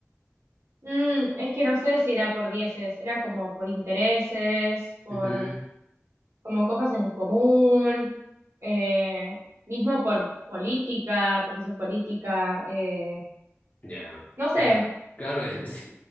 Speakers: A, on the right (about 65°); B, on the left (about 35°).
A: Mm, es que no sé si era por dieces, era como por intereses, por
B: Ujú.
A: como cosas en común, eh, mismo por política, posición política, eh,
B: Ya,
A: no sé.
B: claro, claro, <laughs> es-